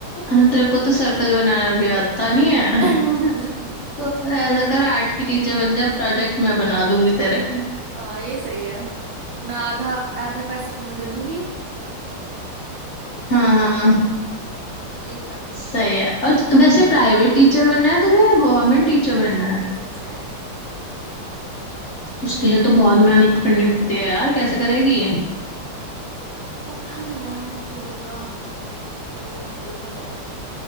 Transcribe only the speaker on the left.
हम तेरे को तो सर्कल बनाना भी आता नहीं है
तो ऐसा कर आर्ट की टीचर बन जा प्रोजेक्ट मैं बना दूंगी तेरे हाँ
हाँ हाँ,
सही है और वैसे प्राइवेट टीचर बनना है तुझे या गवर्नमेंट टीचर बनना
है
उसके लिए तो बहुत मेहनत करनी पड़ती है यार कैसे करेगी